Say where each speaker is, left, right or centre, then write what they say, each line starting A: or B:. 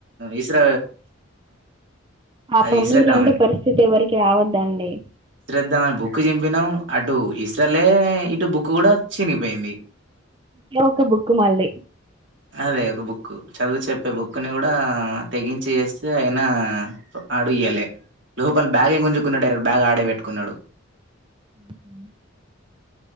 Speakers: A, on the right; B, on the right.
A: ఇస్ర
B: ఆ
A: అది
B: పమ్మి
A: ఇసిరేద్దామని
B: లాంటి పరిస్థితి ఎవరికి రావద్దండి
A: ఇమని బుక్ చంపినాం అటు ఇస్రలే ఇటు బుక్ కూడా చినిపోయింది
B: ఇంట్లో ఒక బుకు మళ్ళీ
A: అదే ఒక బుక్ చదువు చెప్పే బుక్ ని కూడా తెగించి ఏస్తే అయినా ఆడు ఇయ్యాల లోపల బ్యాగే గుంజుకున్నాడు డైరె బ్యాగ్ ఆడే పెట్టుకున్నాడు
B: ఉంహు